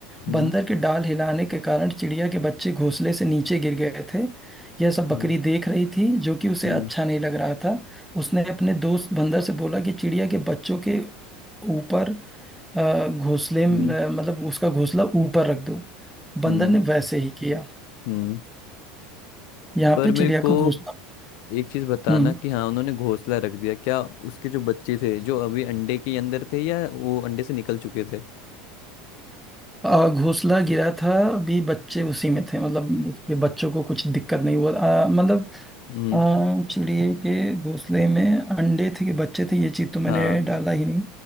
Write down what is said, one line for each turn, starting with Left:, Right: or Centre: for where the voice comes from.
Left: हम्म
Centre: बंदर के डाल हिलाने के कारण चिड़िया के बच्चे घोंसले से नीचे गिर गए थे यह सब बकरी
Left: हम्म
Centre: देख रही थी जो कि उसे
Left: हम्म
Centre: अच्छा नहीं लग रहा था उसने अपने दोस्त बंदर से बोला कि चिड़िया के बच्चों के ऊपर अ, घोंसले में-
Left: हम्म
Centre: अ, मतलब उसका घोंसला ऊपर रख दो बंदर
Left: हम्म
Centre: ने वैसे ही किया
Left: हम्म।
Centre: यहाँ
Left: पर
Centre: पे चिड़िया
Left: मेरे को
Centre: को घोंसला
Left: एक चीज बताना
Centre: हम्म
Left: कि हाँ उन्होंने घोंसला रख दिया क्या उसके जो बच्चे थे जो अभी अंडे के अंदर थे या वो अंडे से निकल चुके थे
Centre: अ, घोंसला गिरा था अभी बच्चे उसी में थे मतलब उसके बच्चों को कुछ दिक्कत नहीं हुआ अ, मतलब
Left: हम्म
Centre: अ, चिड़िए के घोंसले में अंडे थे कि बच्चे थे ये चीज तो मैंने
Left: हाँ
Centre: डाला ही नहीं